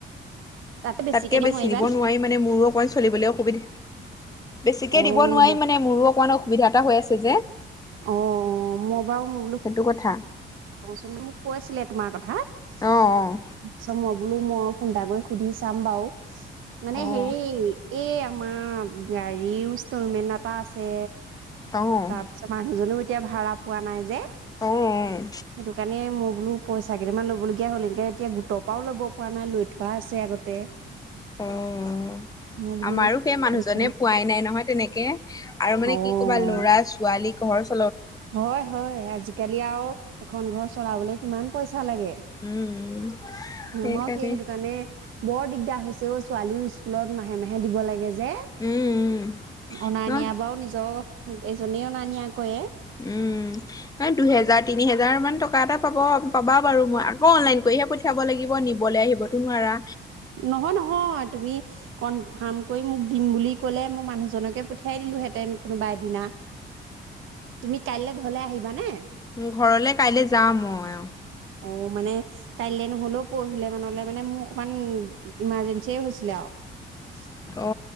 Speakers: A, on the right (about 80°); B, on the left (about 20°).
A: তাতে বেছিকে
B: তাতকে বেছি
A: নোৱাৰিবা
B: দিব
A: নি
B: নোৱাৰি মানে মোৰো অকমান চলিবলৈ অসুবিধা বেছিকে
A: অ
B: দিব নোৱাৰিম
A: মই
B: মানে মোৰো অকমান অসুবিধা এটা হৈ আছে। ছে যে।
A: অ অ মই বাও মই বোলো-
B: সেইটো কথা
A: <unintelligible> কৈছিলে তোমাৰ কথা তাপাছত
B: অ', অ'।
A: মই - বোলো মই ফোন এটা কৰি সুধি চাম বাও। মানে
B: অ',
A: হেৰি- এই আমাৰ গাড়ীৰ ইনষ্টলমেন্ট এটা আছে,
B: অ',
A: তাৰপিছত মানুজনেও এ- এতিয়া ভাড়া পোৱা নাই যে সেইটো
B: অ'।
A: কাৰণে মই বোলো পইচা কেইটামান ল'বলগীয়া হ'ল এনকে এতিয়া গোটৰ পৰাও ল'ব পৰা নাই লৈ থোৱা আছে আগতে
B: অ'।
A: মই বোলো
B: আমাৰো সেই মানুহজনে
A: সেইটো কাৰণে
B: পোৱাই নাই নহয় তেনেকে আৰু মানে
A: অ
B: কি ক'বা লৰা ছোৱালী দি ঘৰৰ চল
A: হয় হয় আজিকালি আওঁ এখন ঘৰ চলাবলে কিমান পইচা লাগে
B: উম, সেইকাৰণে
A: মই সেই সেইটো কাৰণে বৰ দিগদাৰ হৈছে অ ছোৱালীও স্কুলত মাহে মাহে হে দিব লাগে যে যে
B: উম,
A: অনা
B: উম, ন'
A: নিয় বাৰু নিজৰ এজনেও অনা নিয়া কয়ে
B: উম দুহেজাৰ তিনি হেজাৰ মান টকা এটা পাব পাবা বাৰু মই আকৌ অনলাইন কৰিহে পঠিয়াব লাগিব নিবলৈ আহিবতো নোৱাৰা
A: নহয় নহয় তুমি কনফাৰ্ম কৰি মোক দিম বুলি ক'লে মই মানুহজনকে পঠিয়াই দিলোহেঁতেন কোনোবা এদিনা তুমি কাইলৈ ঘৰলে আহিবা মানে
B: উ ঘৰলে কাইলৈ যাম মই
A: অ মানে কাইলে নহলেও পৰহিলে মানলে মানে মোৰ অকমান ইমাৰজেঞ্চিয়ে হৈছিলে আৱ
B: অ